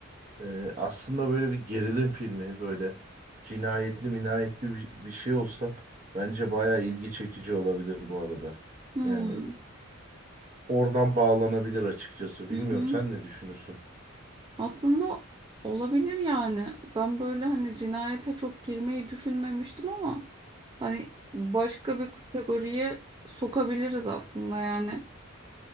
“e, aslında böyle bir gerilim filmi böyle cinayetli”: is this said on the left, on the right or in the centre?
Right